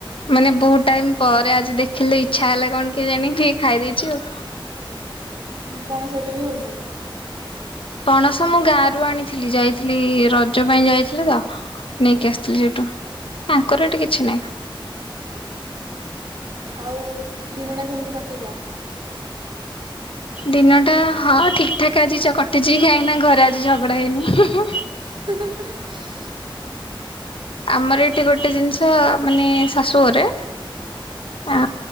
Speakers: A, on the left; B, on the right.
A: ମାନେ ବହୁତ୍ ଟାଇମ୍ ପରେ ଆଜି ଦେଖିଲି ତ ଇଚ୍ଛା ହେଲା କଣ କେଜାଣିି ଟିକେ ଖାଇଦେଇଚି ଆଉ
B: ପଣସରେ ବି ହଉଚି।
A: ପଣସ ମୁଁ ଗାଁ ରୁ ଆଣିଥିଲି ଯାଇଥିଲି ରଜ ପାଇଁ ଯାଇଥିଲି ତ ନେଇକି ଆସିଥିଲି ସେଟୁ ଆଙ୍କର ଏଠି କିଛି ନାହିଁ।
B: ଆଉ ଦିନଟା କେମିତି କଟିଲା?
A: ଦିନ ଟା ହଁ ଠିକ୍ ଠାକ୍ ଆଜି ଚ କଟିଚି କାହିଁକି ନା ଘରେ ଆଜି ଝଗଡା ହେଇନି।
B: <inaudible>
A: ଆମର ଏଠି ଗୋଟେ ଜିନିଷ ମାନେ ଶାଶୁ ଘରେ ଆ